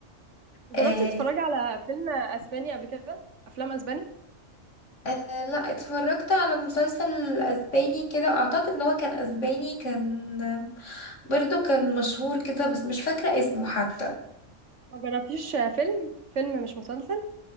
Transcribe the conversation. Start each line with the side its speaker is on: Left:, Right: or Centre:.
Right: جربتي
Left: آه
Right: تتفرجي على فيلم اسباني قبل كده افلام اسباني
Left: آه لا اتفرجت على مسلسل أسباني كده أعتقد إن هو كان أسباني كان برضو كان مشهور كده بس مش فاكرة اسمه حتى
Right: ما جربتيش فيلم فيلم مش مسلسل